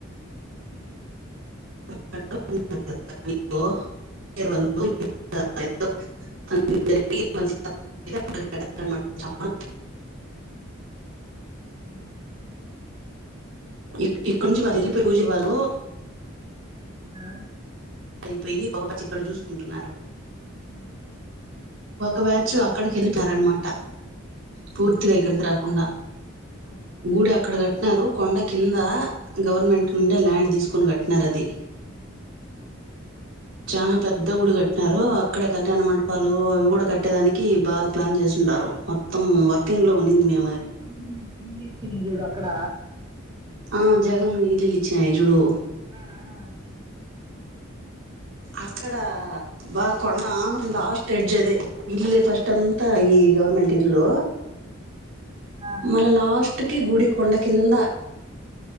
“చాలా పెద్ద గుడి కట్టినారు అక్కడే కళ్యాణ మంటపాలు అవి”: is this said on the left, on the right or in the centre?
Right